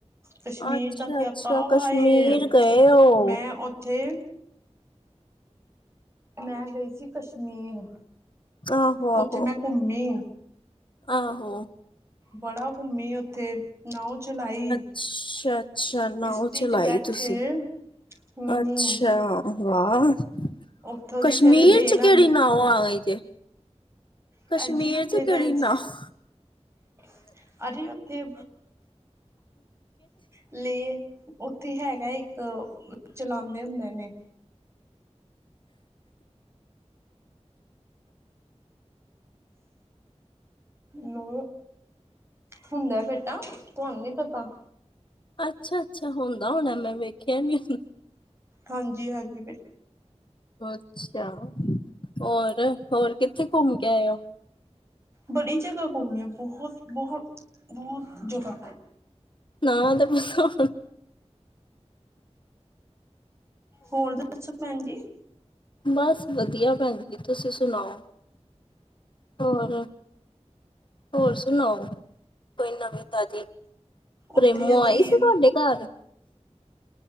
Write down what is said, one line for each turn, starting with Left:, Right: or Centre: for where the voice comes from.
Right: ਕਸ਼ਮੀਰ
Left: ਅੱਛਾ
Right: ਦਾ ਕਿਆ
Left: ਅੱਛਾ
Right: <unintelligible>
Left: ਕਸ਼ਮੀਰ
Right: ਵੇ
Left: ਗਏ ਹੋ
Right: ਮੈਂ ਉੱਥੇ ਮੈਂ ਗਈ ਸੀ ਕਸ਼ਮੀਰ
Left: ਆਹੋ ਆਹੋ
Right: ਉੱਥੇ ਮੈਂ ਘੁੰਮੀ
Left: ਆਹੋ।
Right: ਬੜਾ ਘੁੰਮੀ ਉੱਥੇ ਨਾਊ ਚਲਾਈ
Left: ਅੱਛਾ, ਅੱਛਾ ਨਾਉ
Right: ਕਿਸ਼ਤੀ
Left: ਚਲਾਈ
Right: ਚ ਬੈਠੇ
Left: ਤੁਸੀਂ
Right: ਹਮ
Left: ਅੱਛਾ। ਵਾਹ
Right: ਉੱਥੋਂ
Left: ਕਸ਼ਮੀਰ
Right: ਦੀ ਫੇਰ ਦੇਣ
Left: ਚ ਕੇੜੀ ਨਾਵ ਆ ਗਈ ਜੇ
Right: ਭੈਣਜੀ
Left: ਕਸ਼ਮੀਰ
Right: ਉੱਥੇ
Left: ਚ ਕਿਹੜੀ
Right: ਗਏ ਸੀ।
Left: ਨਾਓ
Right: <unintelligible> ਉੱਥੇ ਲੇਕ ਉੱਥੇ ਹੈਗਾ ਇੱਕ ਚਲਾਂਦੇ ਹੁੰਦੇ ਨੇ ਨ <unintelligible> ਹੁੰਦਾ ਬੇਟਾ ਤੁਹਾਨੂੰ ਨੀ ਪਤਾ
Left: ਅੱਛਾ, ਅੱਛਾ ਹੁੰਦਾ ਹੋਣਾ ਮੈਂ ਵੇਖਿਆ ਨੀ ਹ
Right: ਹਾਂਜੀ, ਹਾਂਜੀ ਬ
Left: ਅੱਛਾ ਹੋਰ ਹੋਰ ਕਿੱਥੇ ਘੁੰਮ ਕੇ ਆਏ ਹੋ?
Right: ਬੜੀ ਜਗ੍ਹਾ ਘੁੰਮੇ ਆ ਬਹੁਤ, ਬਹੁਤ ਬਹੁਤ ਜਗ੍ਹਾ।
Left: ਨਾਂ ਤੇ ਦੱਸੋ
Right: ਹੋਰ ਦੱਸੋ ਭੈਣ ਜੀ?
Left: ਬਸ ਵਧੀਆ ਭੈਣ ਜੀ ਤੁਸੀਂ ਸੁਣਾਓ ਹੋਰ? ਹੋਰ ਸੁਣਾਓ ਕੋਈ ਨਵੀਂ ਤਾਜ਼ੀ ਪ੍ਰੇਮੋ
Right: ਉੱਥੇ ਅਸੀਂ
Left: ਆਈ ਸੀ, ਤੁਹਾਡੇ ਘਰ?